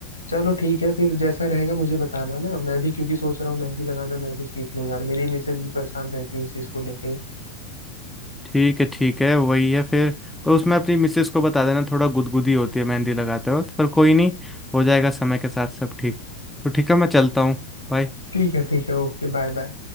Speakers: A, on the left; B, in the centre.
A: चलो ठीक है फिर जैसा रहेगा मुझे बताना ना मैं भी क्योंकि सोच रहा हूँ मेहंदी लगाना मैं भी सीख लूँ यार मेरी मिसेज भी परेशान रहती है इस चीज़ को लेके
B: ठीक है ठीक है वही है फिर पर उसमें अपनी मिसेस को बता देना थोड़ा गुदगुदी होती है मेहंदी लगाते वक्त पर कोई नहीं हो जाएगा समय के साथ सब ठीक तो ठीक है मैं चलता हूँ बाय
A: ठीक है ठीक है ओके बाय बाय